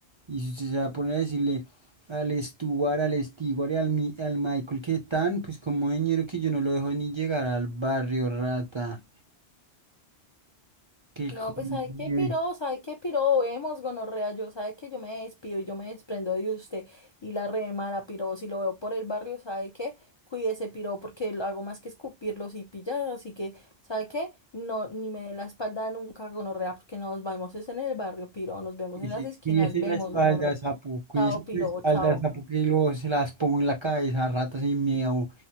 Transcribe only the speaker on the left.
No,
pues sabe qué piro, sabe qué piro, vemos gonorrea, yo sabe que yo me despido y yo me desprendo de usted y la remara piro, si lo veo por el barrio, sabe qué, cuídese piro porque lo hago más que escupirlos y pillar, así que sabe qué, no, ni me dé la espalda nunca gonorrea porque nos vemos es en el barrio piro, nos vemos
en
las esquinas,
vemos
gonorrea,
chao piro,
chao.